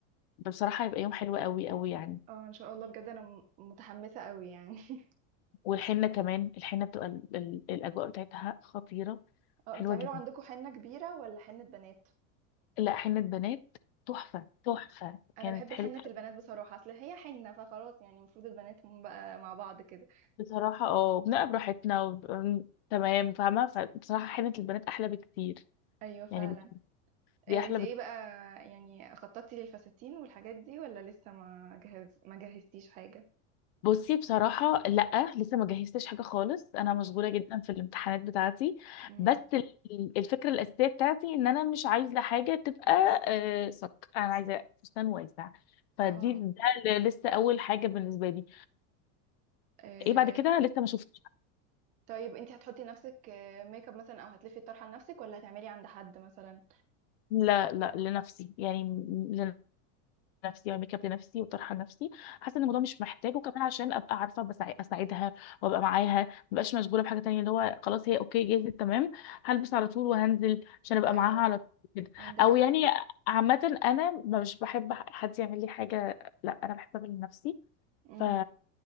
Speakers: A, on the left (about 50°); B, on the right (about 20°).
A: بصراحة هيبقى يوم حلو قوي قوي يعني
B: اه ان شاء الله بجد انا م- متحمسه قوي يعني <laughs>
A: والحنة كمان الحنة بتبقى ال- ال- الأجواء بتاعتها خطيرة
B: اه
A: حلوة
B: بتعملوا
A: جدا
B: عندكم حنه كبيره ولا حنه بنات
A: لا حنة بنات تحفة تحفة
B: انا
A: كانت
B: بحب
A: حلوة
B: الحنة البنات بصراحة اصل هي حنة فخلاص يعني المفروض البنات هم بقى مع بعض كده
A: بصراحة اه بنبقى براحتنا و... تمام فاهمة فبصراحة حنة البنات أحلى بكتير
B: ايوه فعلا
A: يعني بت- دي
B: إيه
A: أحلى
B: انت
A: بكتير
B: ايه بقى يعني خططتي للفساتين والحاجات دي ولا لسه ما جهز ما جهزتيش حاجة
A: بصي بصراحة لأ لسه ما جهزتش حاجة خالص أنا
B: مم.
A: مشغولة جدا في الامتحانات بتاعتي
B: مم.
A: بس ال- الفكرة الأساسية بتاعتي إن أنا مش عايزة حاجة تبقى آه، صك أنا عايزة فستان واسع فدي
B: اه
A: ده ل- لسه أول حاجة بالنسبة لي
B: إيه
A: ايه بعد كده لسه ما شفتش
B: طيب انت هتحطي لنفسك آه، ميك اب مثلا او هتلفي الطرحة لنفسك ولا هتعملي عند حد مثلا
A: لا لا لنفسي يعني م- لنفسي يعني ميك اب لنفسي وطرحه لنفسي حاسه ان الموضوع
B: مم.
A: مش محتاج وكمان عشان ابقى عارفه بسع- اساعدها وابقى معاها ما بقاش مشغوله بحاجه تانية اللي هو خلاص هي اوكي جاهزه تمام هلبس على طول وهنزل عشان ابقى
B: ايوه
A: معاها على طول كده
B: عندك
A: او
B: حق
A: يعني عامه انا مش بحب حد يعمل لي حاجه لا انا بحب اعمل لنفسي
B: مم.
A: ف